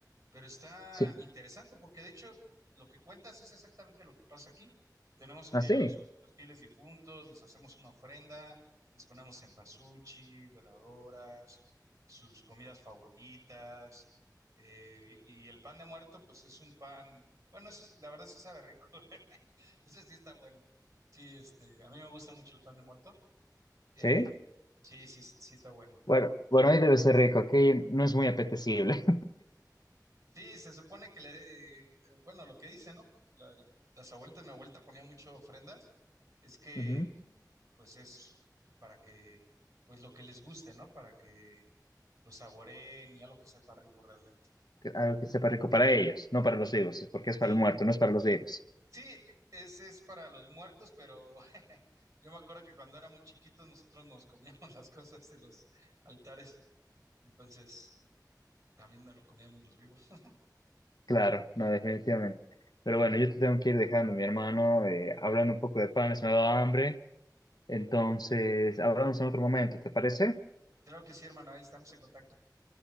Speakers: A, on the right (about 55°); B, on the left (about 70°).
A: Pero está
B: sí,
A: interesante porque de hecho lo que cuentas es exactamente lo que pasa aquí. Tenemos el
B: así,
A: Día de los, los Fieles Difuntos, les hacemos una ofrenda, les ponemos cempasúchil, veladoras, sus comidas favoritas. eh, y el pan de muerto, pues es un pan, bueno, ese sí- la verdad sí sabe rico. <laughs> Ese sí está bueno. Sí, este, a mí me gusta mucho el pan de muerto. Em,
B: sí. sí.
A: sí, sí, sí está bueno.
B: Bueno, bueno, ahí debe ser rico, aquí no es muy apetecible.
A: Sí, se supone que le, eh, bueno, lo que dicen, ¿no? La- las abuelitas, mi abuelita ponía mucho ofrendas, es
B: <laughs>
A: que,
B: Ujú.
A: mm, pues es para que, pues lo que les guste, ¿no? Para que lo saboreen y algo que sepa rico realmente.
B: Que- Algo que sepa rico para ellos, no para los vivos, es porque es
A: Sí,
B: para el muerto, no es para los vivos.
A: sí, ese es para los muertos, pero <laughs> yo me acuerdo que cuando éramos chiquitos nosotros nos comíamos <laughs> las cosas de los altares, entonces también nos lo comíamos los vivos. <laughs>
B: Claro, no, definitivamente. Pero bueno, yo te tengo que ir dejando, mi hermano, eh, hablando un poco de panes, me ha dado hambre. Entonces, hablamos en otro momento, ¿te parece?
A: Claro que sí, hermano, ahí estamos en contacto.